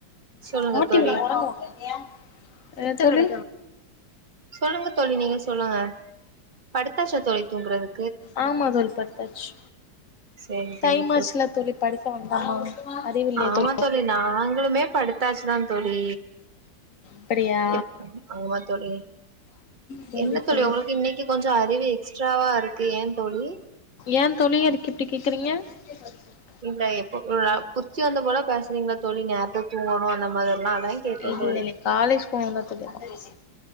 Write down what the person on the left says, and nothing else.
<unintelligible>
என்ன தோழி
ஆமா தோழி படுத்தாச்சு
டைம் ஆச்சுல தோழி படுக்க வேண்டாமா அறிவில்லையா
தோழி
அப்படியா
சேரி
தோழி
ஏந் தோழி அதுக்கு இப்டி கேக்குறீங்க <unintelligible>
இல்ல
இல்ல காலேஜ் போவந்தா தோழி அதா